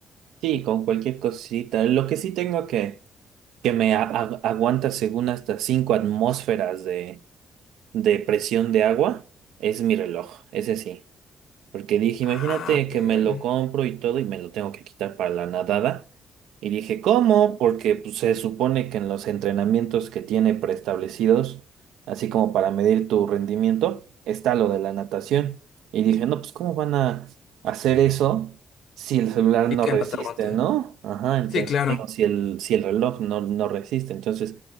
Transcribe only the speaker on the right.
Sí, con cualquier cosita. Lo que sí tengo que, que me a- a- aguanta según hasta 5 atmósferas de, de presión de agua es mi reloj, ese sí. Porque dije,
imagínate
que me lo compro y todo y me lo tengo que quitar para la nadada. Y dije, ¿cómo? Porque pues, se supone que en los entrenamientos que tiene preestablecidos, así como para medir tu rendimiento, está lo de la natación. Y dije, no, pues ¿cómo van a hacer eso si el celular
no
resiste,
¿no? Ajá, entonces
digo, si el, si el reloj no, no resiste. Entonces